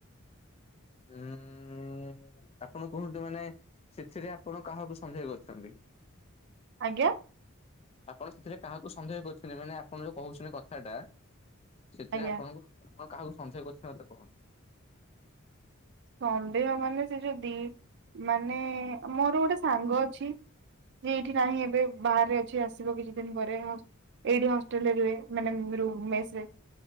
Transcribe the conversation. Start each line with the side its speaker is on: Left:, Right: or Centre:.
Left: ଉଁ ଆପଣ କୁହନ୍ତୁ ମାନେ ସେଥିରେ ଆପଣ କାହାକୁ ସନ୍ଧେହ କରୁଛନ୍ତି?
Right: ଆଜ୍ଞା?
Left: ଆପଣ ସେଥିରେ କାହାକୁ ସନ୍ଦେହ କରୁଚନ୍ତି ମାନେ ଆପଣ ଯୋଉ କହୁଛନ୍ତି କଥା ଟା ସେଥିରେ
Right: ଆଜ୍ଞା
Left: ଆପଣଙ୍କୁ ଆପଣ କାହାକୁ ସନ୍ଦେହ କରୁଚନ୍ତି ମତେ କହନ୍ତୁ।
Right: ସନ୍ଦେହ ମାନେ ସେ ଯୋଉ ଦି ମାନେ ମୋର ଗୋଟେ ସାଙ୍ଗ ଅଛି। ଯିଏ ଏଠି ନାହିଁ ଏବେ ବାହାରେ ଅଛି ଆସିବ କିଛି ଦିନ ପରେ। ହସ୍ ଏଇଠି ହଷ୍ଟେଲରେ ରୁହେ ମାନେ ରୁ ମେସ ରେ।